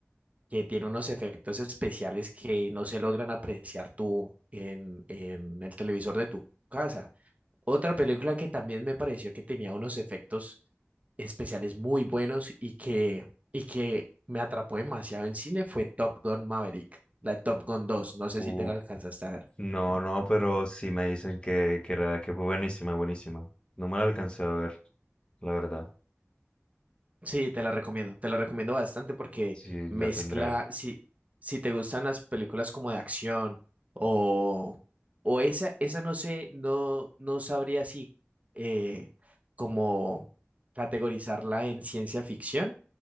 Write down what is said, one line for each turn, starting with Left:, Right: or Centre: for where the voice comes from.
Right: que tiene unos efectos especiales que no se logran apreciar tú en, en el televisor de tu casa. Otra película que también me pareció que tenía unos efectos especiales muy buenos y que, y que me atrapó demasiado en cine fue Top Gun Maverick, la Top Gun dos No sé
Left: Uh,
Right: si te la alcanzaste a ver.
Left: no, no, pero sí me dicen que, que, era, que fue buenísima, buenísima. No me la alcancé a ver, la verdad.
Right: Sí, te la recomiendo, te la recomiendo bastante porque
Left: Sí,
Right: mezcla,
Left: la tendré ahí.
Right: si, si te gustan las películas como de acción o, o esa, esa no sé, no, no sabría si eh, como categorizarla en ciencia ficción,